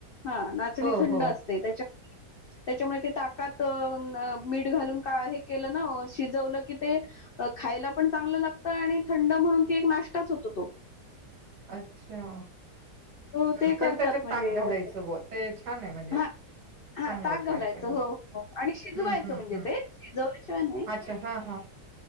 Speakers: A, on the left; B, on the right.
A: हं नाचणी
B: हो,
A: थंड
B: हो.
A: असते त्याच्या त्याच्यामुळे ते ताकात अं मीठ घालून का हे केलं ना शिजवलं की ते खायला पण चांगलं लागतं आणि थंड म्हणून ती एक नाश्ताच होतो तो.
B: अच्छा.
A: हो
B: हं,
A: ते करतात
B: पण त्याच्यात
A: म्हणजे
B: ताक घालायचं
A: अस.
B: बुवा ते छान आहे म्हणजे
A: हा हा
B: चांगलं
A: ताक
B: वाटलं
A: घालायचं
B: ऐकायला.
A: हो हो आणि शिजवायचं
B: हं, हं,
A: म्हणजे
B: हं.
A: ते शिजवल्याशिवाय नाही.
B: अच्छा. हां, हां.